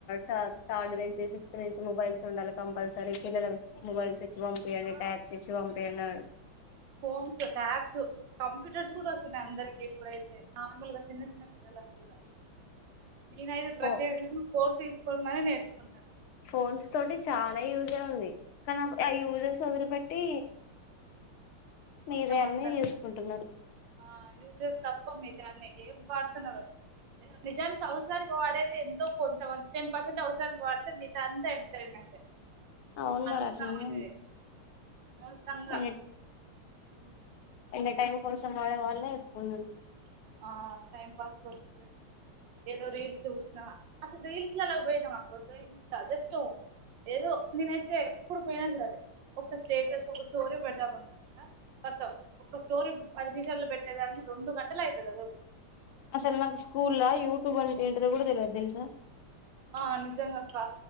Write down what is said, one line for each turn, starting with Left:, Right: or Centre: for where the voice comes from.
Left: తా థార్డ్ నుంచి, ఫిఫ్త్ నుంచి మొబైల్స్ ఉండాలి కంపల్సరీ పిల్లల మొబైల్స్ ఇచ్ పంపియ్యండి
Right: ఆ
Left: టాబ్స్ ఇచ్చి పంపియ్యండన్
Right: ఫోన్స్, ట్యాబ్స్, కంప్యూటర్స్ కూడా వస్తున్నాయి అందరికి ఇప్పుడైతే నార్మల్గా చిన్న చిన్న పిల్లల కూడా నేనైతే
Left: ఫో
Right: ప్రత్యేకంగా కోర్స్ తీస్ కొని మరి నేర్చుకుంటానా
Left: ఫోన్స్ తోటి చాలా యూజే ఉంది, కానీ ఆ ఆ యూజెస్ వదిలిపెట్టి మీతాయన్నీ
Right: మొత్తం అంతా
Left: చూసుకుంటున్నారు.
Right: ఆ యూజెస్ తప్ప మీగతయన్ని ఏం వాడుతున్నారో నిజానికి అవసరానికి వాడేది ఎంతో కొంతమంది, టెన్ పర్సెంట్ అవసరానికి వాడితే మిగతాదంతా ఎంటర్టైన్మెంటే
Left: అవును
Right: అనవసరంగ
Left: మరి అట్లనే
Right: పోయిందది
Left: ఉంది.
Right: అనవసరంగా
Left: ఎ
Right: మెల్లగా <unintelligible>
Left: ఎంటర్టైన్ కోసం వాళ్ళ వాళ్ళే ఎక్కువున్నారు
Right: ఆ టైం పాస్ కోసం చేస్ ఏదో రీల్స్ చూసిన ఇ అలా పోయినాం అనుకో <unintelligible> ఏదో నేనైతే ఎప్పుడు పోయినా సరే ఒక్కొ స్టేటస్ ఒక స్టోరీ పెడదాం అనుకుంటా మొత్తం ఒక స్టోరీ పది నిమిషాల్లో పెట్టేదాన్ని రెండు గంటలు అయిపయినాది ఆరోజు
Left: అసలు నాకు స్కూల్లో యూట్యూబ్ అంటే ఏంటిదో కూడా తెలివదు తెలుసా
Right: ఆ అందుకే ఇంకా అక్క